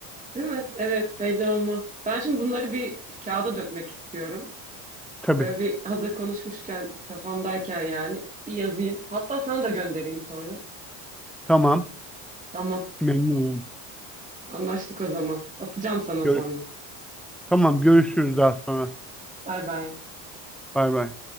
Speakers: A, on the right; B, in the centre.
A: Değil mi? Evet belli olmaz. Ben şimdi bunları bir kağıda dökmek istiyorum.
B: Tabii.
A: Böyle bir hazır konuşmuşken kafamdayken yani bir yazayım. Hatta sana da göndereyim sonra.
B: Tamam.
A: Tamam.
B: Memnun olurum.
A: Anlaştık o zaman. Atacağım sana
B: Görüş
A: sonra.
B: tamam görüşürüz daha sonra.
A: Bay bay.
B: Bay bay.